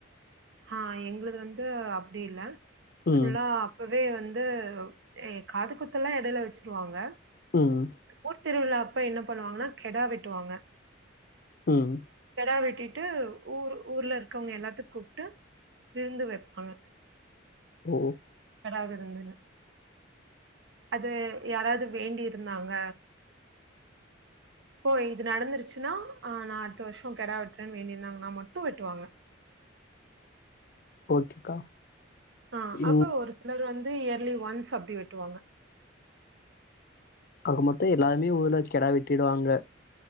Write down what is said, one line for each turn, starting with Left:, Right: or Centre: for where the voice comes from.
Right: ஆஹ் எங்ளது வந்து அப்டில்ல ஃபுல்லா
Left: ம்
Right: இப்பவே வந்து எ காது குத்தெல்லா எடையில வச்சிருவாங்க
Left: ம்
Right: ஊர் திருவிழா அப்ப என்ன பண்ணுவாங்கன்னா கெடா வெட்டுவாங்க
Left: உம்
Right: கெடா வெட்டிட்டு ஊர் ஊர்லருக்கவங்க யெல்லாத்துக் கூ ட்டு விருந்து வப்பாங்க
Left: ஓ
Right: கெடா விருந்துனு அது யாராவது வேண்டியிருந்தாங்க ஓ இது நடந்துருச்சுன்னா அஹ் நா அடுத்த வருஷம் கெடா வெட்டுறேன்னு வேண்டியிருந்தாங்கன்னா மட்டும் வெட்டுவாங்க
Left: ஓகேக்கா
Right: ஆஹ் அப்ப
Left: ம்
Right: ஒரு இனொரு வந்து இயர்லி ஒன்ஸ் அப்டி வெட்டுவாங்க
Left: ஆக மொத்த எல்லாருமே ஊர்ல கெடா வெட்டிருவாங்க